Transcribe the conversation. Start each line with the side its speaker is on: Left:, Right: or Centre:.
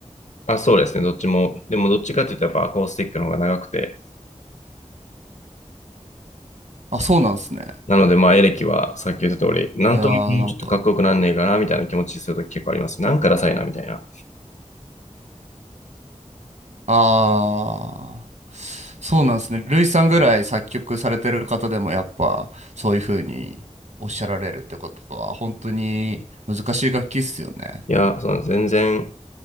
Left: あ、そうですね、どっちも。でもどっちかって言ったらやっぱアコースティックの方が長くて、
Right: あ、そうなんですね。
Left: なのでまあエレキはさっき言った通り、なんとなくもうちょっとかっこよくなんねえかなみたいな気持ちするとき結構あります。
Right: いやーなんか
Left: なんかダサいなみたいな。
Right: ああ、そうなんですね。ルイさんぐらい作曲されてる方でもやっぱそういうふうにおっしゃられるってことは本当に難しい楽器っすよね。
Left: いや、その全然